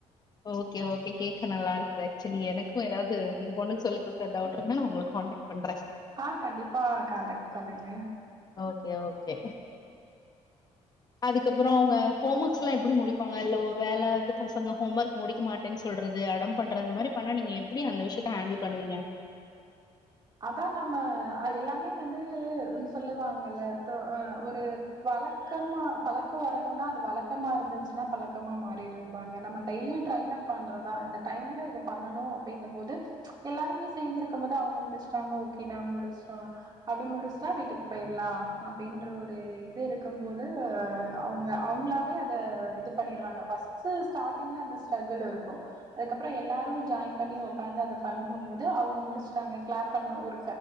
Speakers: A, on the left (about 35°); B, on the right (about 35°).
A: ஓகே ஓகே கேக்க நல்லா இருக்கு ஆக்சுவலி எனக்கும் ஏதாது எங் பொண்ணுக்கு சொல்லி <unintelligible> டவுட் இருந்தா உங்களுக்கு கான்டெக் பண்ற
B: ஆ கண்டிப்பா கான்டக் பண்ணுங்க
A: ஓகே ஓகே அதுக்கப்புற அவங்க ஹோமக்ஸ்லா எப்டி முடிப்பாங்க இல்ல ஒரு வேல வந்து பசங்க ஹோமர்க் முடிக்க மாட்டேன் சொல்றது அடம் பண்றது இந்த மாரி பண்ணா நீங்க எப்படி அந்த விஷயத்த ஹாண்டில் பண்ணுவிங்க
B: அதா நம்ம எல்லாமே வந்து சொல்லுவாங்கல்ல க ஒரு வழக்கமா பழக்க வரணுனா அது வழக்கமா இருந்துச்சுன்னா பழக்கமா மாறிரு ம்பாங்க நம்ம டெய்லியு ட்ரைன் அப் பண்றதா இந்த டைம்ல இது பண்ணணு அப்டின்டம் போது எல்லாருமே சேந்திருக்கும் போது அவங்க முடிச் டாங்க ஓகே நா முடிச்ட்டோ அப்டி முடிச்ட்டா வீட்டுக்கு போயிர்லா அப்டின்ற ஒரு இது இருக்கும் போது அவுங்க அவங்ளா வே அத இது பண்ணிருவாங்க ஃபஸ்ட்டு ஸ்டாட்டிங்ல அந்த ஸ்ட்ரகிள் இருக்கு அதுக்கப்பற எல்லாரு ஜாயின் பண்ணி உக்காந்து அத பண்ணுமம் போது அவங்க முடிச்ட்டாங்க கிளேப் பண்ண ஒரு